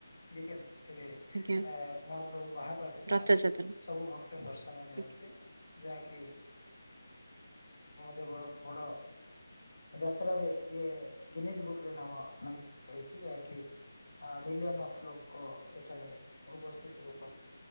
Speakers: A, on the left; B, on the right.
A: ଦିତୀୟା ତିଥିରେ
B: ଆଜ୍ଞା
A: ଆ ମହାପ୍ରଭୁ ବାହାରକୁ ଆସିଥାନ୍ତି
B: ରଥଯାତ୍ରା
A: ସବୁ ଭକ୍ତଙ୍କୁ ଦର୍ଶନ ଦିଅନ୍ତି
B: ଆଜ୍ଞା
A: ଯାହାକି <unintelligible> ବଡ ଯାତ୍ରାରେ ଇଏ ଗିନିଜ ବୁକରେ ନାମ ନାମିତ ହେଛି ଯାହାକି ମିଲିୟନ ଅଫ ଲୋକ ସେଠାରେ ଉପସ୍ଥିତ ରୁହନ୍ତି।